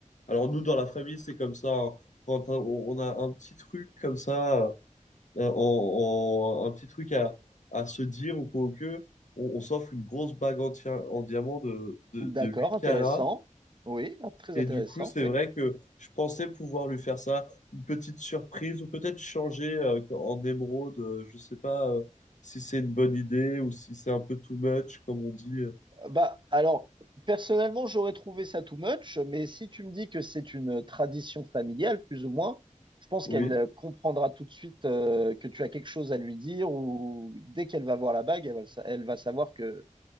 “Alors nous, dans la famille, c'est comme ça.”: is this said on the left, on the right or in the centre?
Left